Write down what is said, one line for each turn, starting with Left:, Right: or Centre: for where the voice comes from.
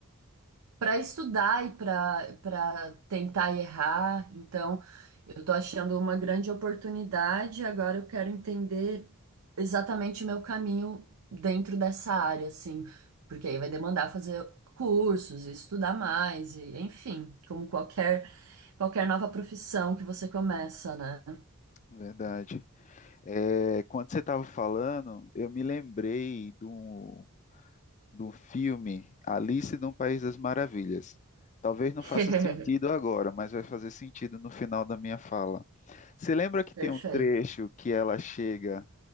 Right: para estudar e para para tentar errar. Então, eu estou achando uma grande oportunidade. Agora eu quero entender exatamente o meu caminho dentro dessa área, assim, porque aí vai demandar fazer cursos, estudar mais e, enfim, como qualquer qualquer nova profissão que você começa, né?
Left: Verdade. É, quando você estava falando, eu me lembrei de um do filme Alice no País das Maravilhas. Talvez não
Right: <laughs>
Left: faça sentido agora, mas vai fazer sentido no final da minha fala. Você lembra que
Right: Perfeito.
Left: tem um trecho que ela chega